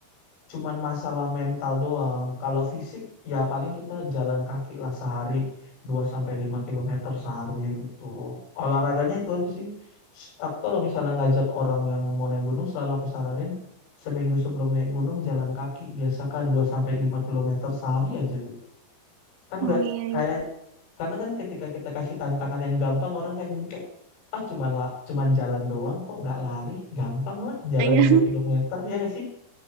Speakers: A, on the left (about 85°); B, on the right (about 80°).
A: cuman masalah mental doang. Kalau fisik ya paling kita jalan kaki lah sehari 2 sampai 5 kilometer sehari gitu. Olahraganya itu aja sih. S- Aku kalau misalnya ngajak orang yang mau naik gunung selalu aku saranin seminggu sebelum naik gunung jalan kaki biasakan 2 sampai 5 kilometer sehari aja gitu. Kan
B: Oh
A: nggak
B: iya
A: kayak
B: iya.
A: karena kan ketika kita kasih tantangan yang gampang orang kan jadi kayak ah cuman la, cuman jalan doang kok nggak lari gampang lah jalan
B: Iya.
A: dua kilometer ya nggak sih